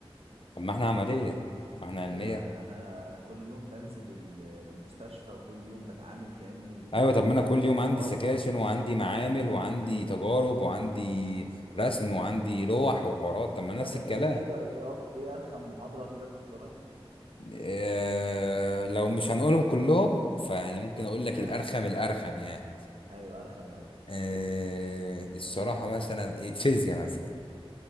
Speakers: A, on the left; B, on the right.
A: طب ما احنا عمليه ما احنا علميه
B: ايوه انا انا انا كل يوم بنزل المستشفى وكل يوم بتعامل كاني
A: ايوه طب ما انا كل يوم عندي
B: موظف
A: سكاشن
B: مش
A: وعندي معامل وعندي تجارب وعندي رسم وعندي لوح وحوارات طب ما نفس
B: طب احكي
A: الكلام
B: لي كده ايه أك... ايه ارخم محاضره كده بتحضرها
A: آه لو مش هنقولهم كلهم فيعني ممكن اقول
B: <laughs>
A: لك الارخم الارخم يعني
B: ايوه ارخم الارخم
A: آه الصراحه مثلا إيه، فيزياء مثلا